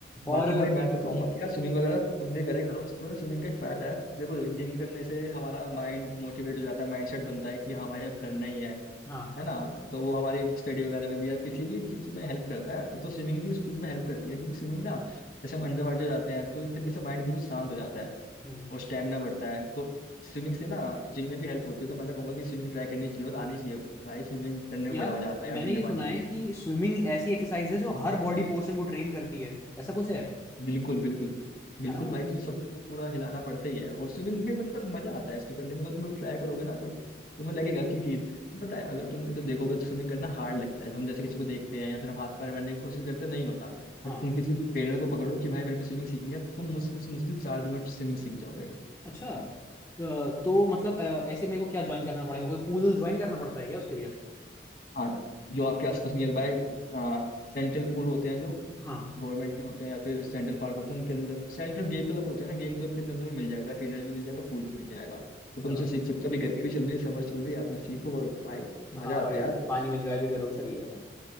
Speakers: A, on the left (about 50°); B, on the left (about 15°).
A: बाकी
B: और
A: भाई मैं तो कहूंगा कि यार स्विमिंग वगैरह तुम भी करे करो उससे पता स्विमिंग का एक फायदा है देखो जिम करने से हमारा माइंड मोटिवेट हो जाता है माइंड सेट बनता है कि हाँ भाई अब करना ही है
B: हाँ
A: है ना तो वो हमारी स्टडी वगैरह में भी या किसी भी चीज में हेल्प करता है तो स्विमिंग भी उस चीज में हेल्प करती है क्योंकि स्विमिंग ना जैसे हम अंडर वाटर जाते हैं तो एक तरीके से माइंड बिल्कुल शांत हो जाता है
B: हम्म।
A: और स्टेमिना बढ़ता है तो स्विमिंग से ना जिम में भी हेल्प होती है तो मैं तो कहूंगा कि स्विमिंग ट्राई करनी चाहिए और आनी चाहिए भाई स्विमिंग करने में
B: यार
A: बड़ा मजा आता है यार
B: मैंने
A: ठंडे
B: ये
A: पानी
B: सुना
A: में
B: है कि स्विमिंग ऐसी एक्सरसाइज है जो हर बॉडी पोर्शन को ट्रेन करती है ऐसा कुछ है
A: बिल्कुल बिल्कुल बिल्कुल
B: है ना
A: भाई क्योंकि सबको पूरा हिलाना पड़ता ही है और स्विमिंग में मतलब मजा आता है इसको करने में अगर तुम कभी ट्राई करोगे ना तो तुम्हें लगेगा कि फील पता है अगर तुम देखो देखोगे तो स्विमिंग करना हार्ड लगता है हम जैसे किसी को देखते हैं या फिर हम हाथ पैर मारने की कोशिश करते हैं, नहीं होता पर
B: हाँ
A: तुम किसी ट्रेनर को पकड़ो कि भाई मेरे को स्विमिंग सीखनी है तुम मुश्किल से मुश्किल चार दिन में स्विमिंग सीख जाओगे
B: अच्छा अ, तो मतलब अ, ऐसे मेरे को क्या ज्वाइन करना पड़ेगा कोई पूल ज्वाइन करना पड़ता है क्या उसके लिए
A: हाँ जो आपके आसपास नियर बाय सेंट्रल पूल होते हैं जो
B: हाँ
A: गवर्नमेंट के होते हैं या फिर सेंट्रल पार्क होते हैं उनके अंदर सेंट्रल गेम क्लब होते हैं ना गेम क्लब के अंदर तुम्हें मिल जाएगा ट्रेनर भी मिल जाएगा पूल भी मिल जाएगा तो तुमसे
B: तो-
A: सीख सकते हो अभी गर्मी भी चल रही है समर चल रही है अपना सीखो और भाई
B: हाँ
A: मजा आता
B: भाई
A: है यार
B: पानी में एंजॉय भी करो सही है